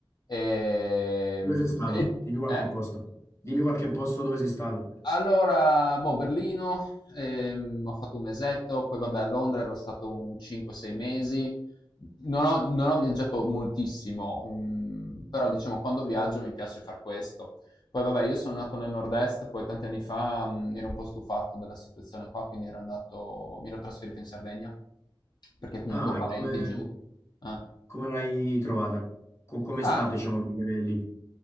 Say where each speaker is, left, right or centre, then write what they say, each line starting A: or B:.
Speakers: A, on the left; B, on the left.
A: Ehm,
B: Dove sei stato?
A: e-
B: Dimmi qualche
A: eh?
B: posto. Dimmi qualche posto dove sei stato.
A: Allora, boh, Berlino, ehm, ho fatto un mesetto, poi vabbè a Londra ero stato un 5-6 mesi, non ho, non ho viaggiato moltissimo, mm, però diciamo quando viaggio mi piace far questo. Poi vabbè, io sono nato nel nord-est, poi tanti anni fa mm, mi ero un po' stufato della situazione qua, quindi ero andato, mi ero trasferito in Sardegna, perché comunque
B: Ah,
A: ho parenti
B: e come,
A: giù. Eh.
B: come l'hai trovata? Co- Com'è
A: Ma
B: stato, diciamo, vivere lì?